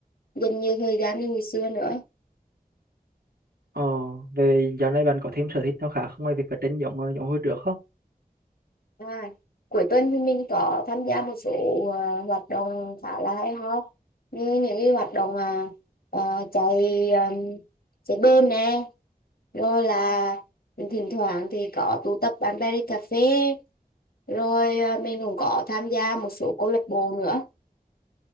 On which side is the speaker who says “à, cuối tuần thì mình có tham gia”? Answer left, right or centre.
Left